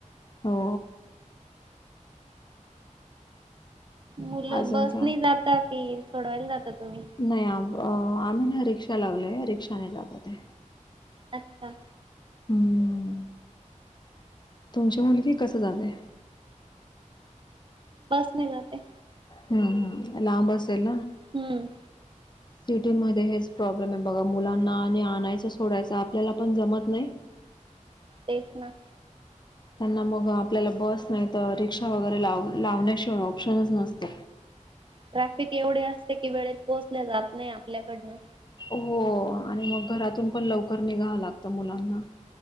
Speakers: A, on the left (about 35°); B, on the right (about 40°).
A: हो.
B: मुलं
A: अजून
B: बसनी
A: काय
B: जातात. कि सोडवायला जाता. तुम्ही
A: नाही आम आम्ही ना रिक्षा लावलेय. रिक्षाने जातात ते.
B: अच्छा.
A: हम्म तुमची मुलगी कस जाते?
B: बस ने जाते.
A: हम्म. हम्म. लांबस असेल ना.
B: हम्म.
A: सिटीमध्ये हेच प्रॉब्लेमे बघा. मुलांना आणि आणायचं सोडायचं आपल्याला पण जमत नाही.
B: तेच ना.
A: त्यांना मग आपल्याला बस नाही तर. रिक्षा वगैरे लाव लावण्याशिवाय ऑप्शनच नसत.
B: ट्रॅफिक एवढे असते कि. वेळेत पोहोचल्या जात नाही आपल्याकडनं.
A: हो आणि मग घरातून पण लवकर निघावं लागत मुलांना.